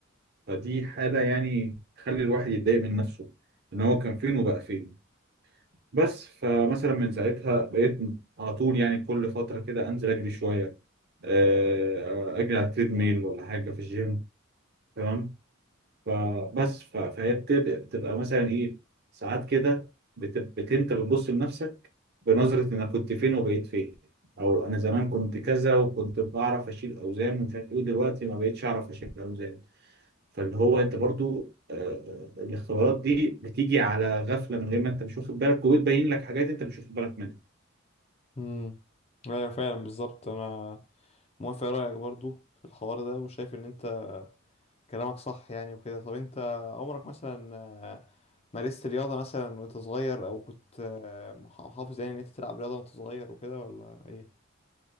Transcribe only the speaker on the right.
فدي حالة يعني تخلي الواحد يتضايق من نفسه ان هو كان فين وبقى فين بس فمثلا من ساعتها بقيت على طول يعني كل فترة كده انزل اجري شوية آه، اجري على التريد ميل ولا حاجة في الجيم تمام فبس ف- فهي بتبقى, بتبقى مثلا ايه ساعات كده بت- بت- انت بتبص لنفسك بنظرة انا كنت فين وبقيت فين او انا زمان كنت كذا وكنت بعرف اشيل اوزان ومش عارف ايه دلوقتي ما بقيتش اعرف اشيل اوزان فاللي هو انت برضو آه، آه، الاختبارات دي بتيجي على غفلة من غير ما انت مش واخد بالك وبتبين لك حاجات انت مش واخد بالك منها